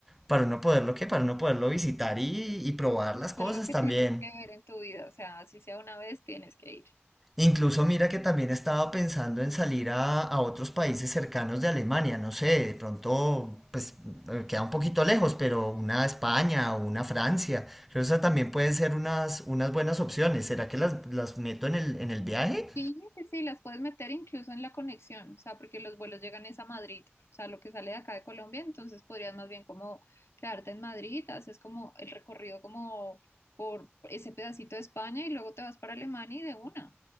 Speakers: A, in the centre; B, on the left.
A: para uno poderlo, ¿qué? Para uno poderlo visitar y, y probar
B: Y
A: las
B: es
A: cosas
B: algo que
A: también.
B: tienes que ver en tu vida, o sea, si sea una vez, tienes que ir.
A: Incluso mira que también estaba pensando en salir a, a otros países cercanos de Alemania, no sé, de pronto pues eh, queda un poquito lejos, pero una España o una Francia, creo que esas también pueden ser unas, unas buenas opciones. ¿Será que las, las meto en el, en el viaje?
B: Sí, sí, sí, las puedes meter incluso en la conexión, o sea, porque los vuelos llegan es a Madrid, o sea, lo que sale de acá de Colombia, entonces podrías más bien como quedarte en Madrid, haces como el recorrido como por ese pedacito de España y luego te vas para Alemania y de una.